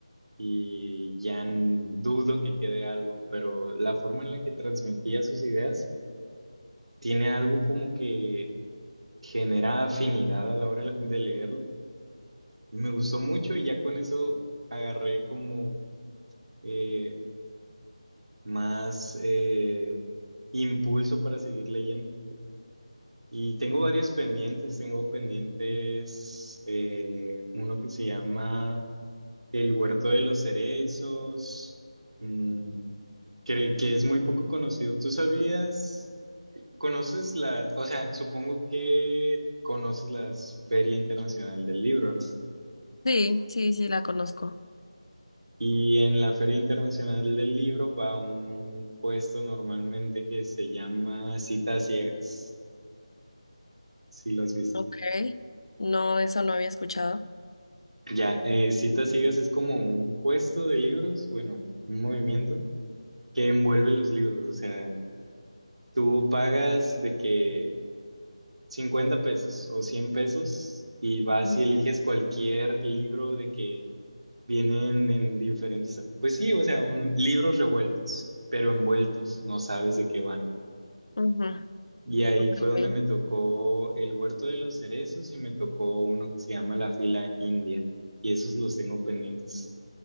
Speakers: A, on the right; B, on the left.
A: Y ya n- dudo que quede algo, pero la forma en la que transmitía sus ideas tiene algo como que genera afinidad a la hora de leerlo. Me gustó mucho y ya con eso agarré como eh, más eh, impulso para seguir leyendo. Y tengo varios pendientes, tengo pendientes eh, uno que se llama El Huerto de los Cerezos, mm, que, que es muy poco conocido. ¿Tú sabías? ¿Conoces la, o sea, supongo que conoces la Feria Internacional del Libro, ¿no?
B: Sí, sí, sí, la conozco.
A: Y en la Feria Internacional del Libro va un puesto normalmente que se llama Citas Ciegas, si los viste
B: Ok. No, eso no había escuchado.
A: Ya, eh, citas ciegas es como un puesto de libros, bueno, un movimiento que envuelve los libros, o sea, tú pagas de que 50 pesos o 100 pesos y vas
B: Ujú.
A: y eliges cualquier libro de que vienen en diferentes, pues sí, o sea, un, libros revueltos, pero envueltos, no sabes de qué van.
B: Ujú,
A: Y ahí
B: ok.
A: fue donde me tocó El Huerto de los Cerezos y me tocó uno que se llama La Fila India, y esos los tengo pendientes.